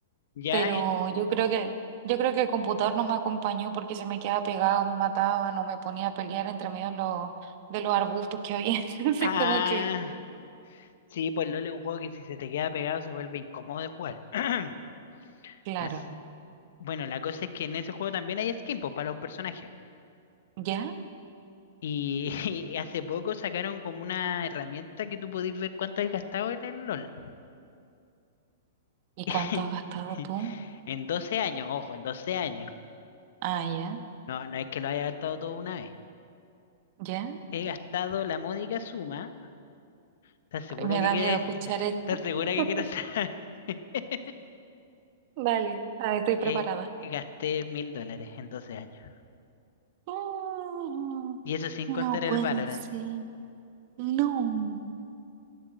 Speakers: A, on the left; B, on the right.
A: Ya,
B: pero
A: y-
B: yo creo que, yo creo que el computador no me acompañó porque se me quedaba pegado, me mataba, no me ponía a pelear entre medio de los, de los arbustos que había, <laughs> entonces
A: ah,
B: como que,
A: Sí, pues LOL es un juego que si se te queda pegado se vuelve incómodo de jugar. <clears throat>
B: claro,
A: As- bueno, la cosa es que en ese juego también hay skins pues, para los personajes.
B: ¿ya?
A: Y, <laughs> y hace poco sacaron como una herramienta que tú podés ver cuánto has gastado en el LOL.
B: ¿Y cuánto
A: <laughs>
B: has gastado tú?
A: En 12 años, ojo, en 12 años.
B: Ah, ya,
A: No, no es que lo haya gastado todo una vez.
B: ya,
A: He gastado la módica suma. ¿Estás segura
B: me
A: que
B: da
A: quieres?
B: miedo escuchar
A: <laughs>
B: esto.
A: ¿Estás segura
B: <laughs>
A: que quieres saber? <laughs>
B: Dale, dale, estoy preparada.
A: Eh, gasté mil dólares en 12 años.
B: Mm,
A: Y eso sin
B: No
A: contar el
B: puede
A: Valorant.
B: ser, no.